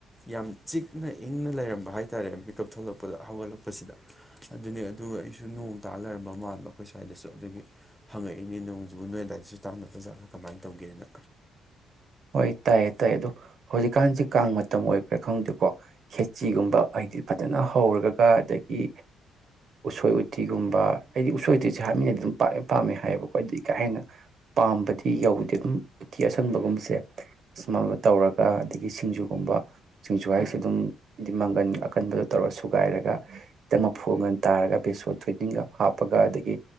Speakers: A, in the centre; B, on the right (about 60°).
A: ꯌꯥꯝ ꯆꯤꯛꯅ ꯏꯪꯅ ꯂꯩꯔꯝꯕ ꯍꯥꯏꯇꯥꯥꯔꯦ ꯃꯤꯀꯞ ꯊꯣꯛꯂꯛꯄꯗ ꯍꯧꯒꯠꯂꯛꯄ ꯆꯠꯄꯁꯤꯗ ꯑꯗꯨꯅꯦ ꯑꯗꯨꯒ ꯑꯩꯁꯨ ꯅꯣꯡ ꯇꯥ ꯂꯩꯔꯝꯕ ꯃꯥꯟꯕ ꯑꯩꯈꯣꯏ ꯁ꯭ꯋꯥꯏꯗꯁꯨ ꯑꯗꯨꯒꯤ ꯍꯪꯉꯛꯏꯅꯦ ꯅꯣꯡꯁꯤꯕꯨ ꯅꯣꯏ ꯑꯗꯨꯋꯥꯏꯗꯁꯨ ꯇꯥꯟꯅꯕ ꯖꯥꯠꯂꯥ ꯀꯃꯥꯏꯅ ꯇꯧꯒꯦꯅ
B: ꯍꯣꯏ ꯇꯥꯏꯌꯦ ꯇꯥꯏꯌꯦ ꯑꯗꯣ ꯍꯧꯖꯤꯛꯀꯥꯟꯁꯦ ꯀꯥꯡ ꯃꯇꯝ ꯑꯣꯏꯕ꯭ꯔꯥ ꯈꯪꯗꯦꯀꯣ ꯈꯦꯆꯤꯒꯨꯝꯕ ꯍꯥꯏꯗꯤ ꯐꯖꯅ ꯍꯧꯔꯒ ꯑꯗꯒꯤ ꯎꯁꯣꯏ ꯎꯇꯤꯒꯨꯝꯕ ꯍꯥꯏꯗꯤ ꯎꯁꯣꯏ ꯎꯇꯤꯁꯦ ꯍꯥꯏꯃꯤꯟꯅꯩ ꯑꯗꯨꯝ ꯄꯥꯛꯑ ꯄꯥꯝꯃꯦ ꯍꯥꯏꯌꯦꯕꯀꯣꯣꯏꯗꯤ ꯀꯥ ꯍꯦꯟꯅ ꯄꯥꯝꯕꯗꯤ ꯌꯧꯗꯦ ꯑꯗꯨꯝ ꯎꯇꯤ ꯑꯁꯪꯕꯒꯨꯝꯕꯁꯦ ꯁꯨꯃꯥꯏꯅ ꯇꯧꯔꯒ ꯑꯗꯒꯤ ꯁꯤꯡꯖꯨꯒꯨꯝꯕ ꯁꯤꯡꯖꯨ ꯍꯥꯏꯁꯤꯦ ꯑꯗꯨꯝ ꯍꯥꯏꯗꯤ ꯃꯪꯒꯟ ꯑꯀꯟꯕꯗꯣ ꯇꯧꯔ ꯁꯨꯒꯥꯏꯔꯒ ꯈꯤꯇꯪ ꯃꯐꯨ ꯃꯒꯟ ꯇꯥꯔꯒ ꯕꯦꯁꯣꯟ ꯊꯣꯏꯗꯤꯡꯒ ꯍꯥꯞꯄꯒ ꯑꯗꯒꯤ